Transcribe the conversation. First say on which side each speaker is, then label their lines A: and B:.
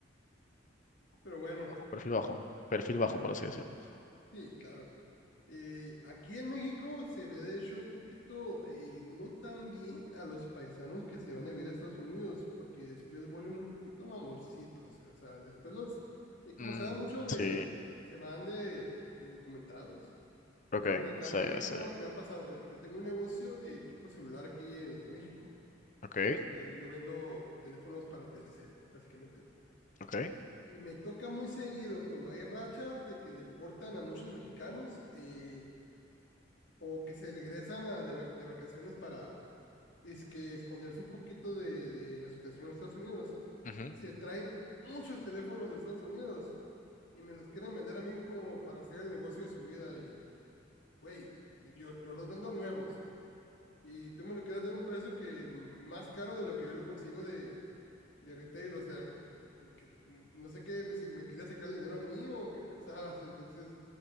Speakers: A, on the left; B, on the left.
A: pero bueno,
B: Bajo, perfil bajo, perfil bajo, por así decirlo.
A: sí, claro. Eh, aquí en México se ve de hecho un poquito eh, no tan bien a los paisanos que se van a vivir a Estados Unidos, porque después vuelven un poquito mamoncitos, o sea, después los, y como
B: Mm,
A: se da mucho de,
B: sí.
A: se van de indocumentados, vuelven
B: Ok,
A: acá
B: sí,
A: a México,
B: sí.
A: y me ha pasado, mira, yo tengo un negocio de equipo celular aquí en, en México,
B: Ok,
A: Eh, yo vendo teléfonos para Telcel, básicamente.
B: ok.
A: Y me toca muy seguido cuando hay rachas de que deportan a muchos mexicanos. eh, o que se regresan a- de, vac- de vacaciones para dizque esconderse un poquito de, de la situación en Estados Unidos,
B: Ujú.
A: se traen muchos teléfonos de Estados Unidos y me los quieren vender a mí como para hacer el negocio de su vida y, güey, yo, yo los vendo nuevos y tú me lo quieres dar a un precio que mm, más caro de lo que yo lo consigo de, de retail, o sea, güey, que, mm, no sé qué, si me quería sacar el dinero a mí o qué pensabas, entonces